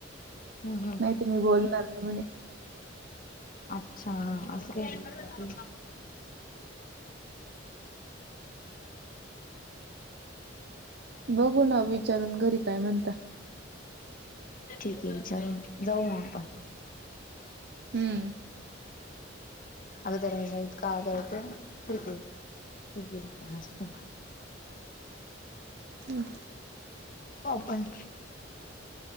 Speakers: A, on the left (about 45°); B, on the right (about 60°).
A: हम्म हम्म.
B: नाही तुम्ही बोलणार नाही म्हणे.
A: अच्छा असं काही बोली का ती.
B: बघू ना, विचारून घरी काय म्हणता.
A: ठीक आहे, विचारु जाऊ मग आपण.
B: हम्म.
A: अग दरवाजा इतका आदळतो खिडकी. खिडकी उघडी असली ना.
B: हम.
A: ओपन.